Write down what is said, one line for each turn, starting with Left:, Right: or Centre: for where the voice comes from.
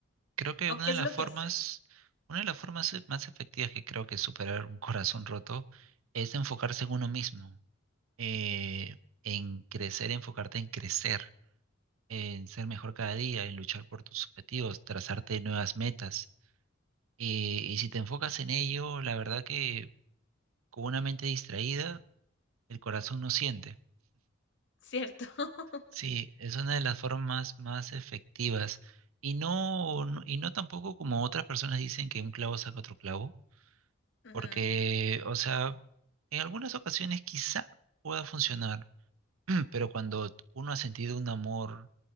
Right: creo que
Left: ¿O
Right: una
Left: qué
Right: de
Left: es
Right: las
Left: lo
Right: formas,
Left: que haces?
Right: una de las formas más efectivas que creo que superar un corazón roto es enfocarse en uno mismo, eh, en crecer, enfocarte en crecer en ser mejor cada día, en luchar por tus objetivos, trazarte nuevas metas. Eh, y si te enfocas en ello, la verdad que con una mente distraída, el corazón no siente.
Left: ¿Cierto? <laughs>
Right: Sí, es una de las formas más efectivas. Y no, no- y no tampoco como otras personas dicen que un clavo saca otro clavo,
Left: Ujú.
Right: porque, o sea, en algunas ocasiones quizá pueda funcionar, <clears throat> Pero cuando uno ha sentido un amor